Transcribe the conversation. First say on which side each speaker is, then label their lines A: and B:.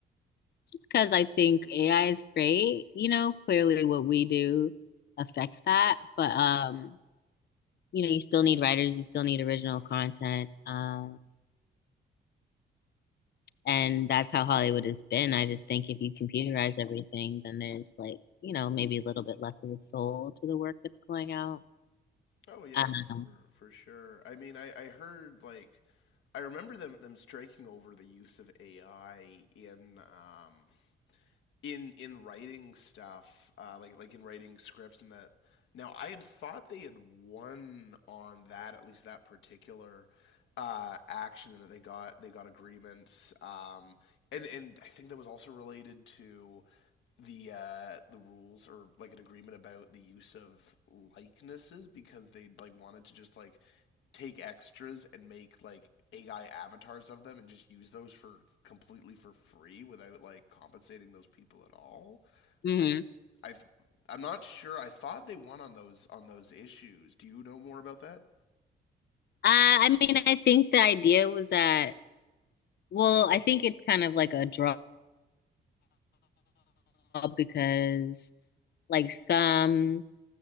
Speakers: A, on the left (about 60°); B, on the left (about 75°).
A: just because I think AI is great, you know, clearly what we do affects that. But um you know, you still need writers, you still need original content. Um, and that's how Hollywood has been. I just think if you computerize everything, then there's like, you know, maybe a little bit less of a soul to the work that's going out.
B: oh yeah
A: Um,
B: for for sure I mean I I heard like I remember them them striking over the use of AI in um in in writing stuff, uh, like like in writing scripts and that. Now I had thought they had won on that at least that particular uh, action and that they got they got agreements. Um, and and I think that was also related to the uh, the rules or like an agreement about the use of likenesses because they like wanted to just like take extras and make like AI avatars of them and just use those for completely for free without like compensating those people at all.
A: mhm.
B: I
A: Uh,
B: I I'm not sure. I thought they won on those on those issues. Do you know more about that?
A: I mean, I think the idea was that, well, I think it's kind of like a draw because like some